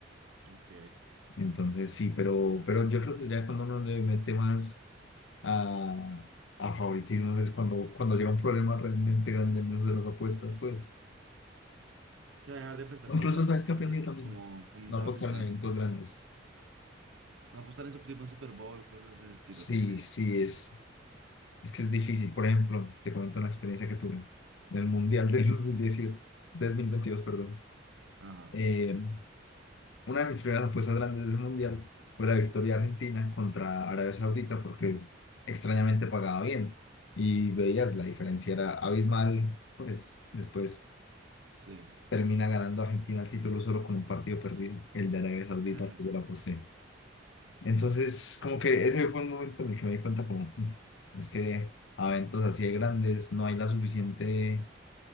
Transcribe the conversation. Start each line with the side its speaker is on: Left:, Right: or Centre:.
Right: Ok.
Left: Entonces sí, pero, pero yo creo que ya cuando uno le mete más a, a favoritismos es cuando, cuando llega un problema realmente grande en eso de las apuestas, pues.
Right: O sea, dejar de pensar
Left: O
Right: con
Left: incluso
Right: los datos,
Left: sabes que
Right: ¿te
Left: aprendí
Right: refieres?
Left: también.
Right: Como comenzar
Left: No apostar
Right: a pensar,
Left: en eventos grandes.
Right: no apostar en, su- tipo en Super Bowl, cosas de ese estilo,
Left: Sí,
Right: ¿tú crees?
Left: sí, es, es que es difícil. Por ejemplo, te comento una experiencia que tuve en el Mundial de 2010, dos mil veintidós perdón.
Right: Ajá,
Left: Eh, Una de mis primeras apuestas grandes del Mundial fue la victoria argentina contra Arabia Saudita porque extrañamente pagaba bien y veías la diferencia era abismal, pues después
Right: sí.
Left: termina ganando Argentina el título solo con un partido perdido, el de Arabia Saudita,
Right: Ajá.
Left: que yo la aposté. Entonces, como que ese fue un momento en el que me di cuenta como, <laughs> es que a eventos así de grandes no hay la suficiente,